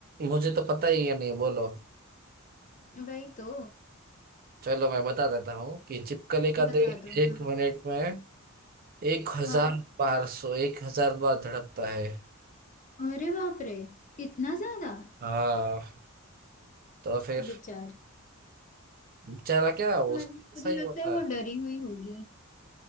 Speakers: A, on the right; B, on the left.
A: मुझे तो पता ही है नहीं बोलो
B: वही तो
A: चलो मैं बता देता हूँ कि छिपकली का
B: बता
A: दिल
B: दो
A: एक
B: हाँ
A: मिनट में एक हजार
B: हाँ
A: बार सो एक हजार बार धड़कता है
B: अरे बाप रे इतना ज्यादा
A: हाँ तो फिर
B: बेचारा
A: बेचारा क्या उसका
B: मत
A: ऐसा
B: मुझे
A: ही
B: लगता
A: होता
B: है वो
A: है
B: डरी हुई होगी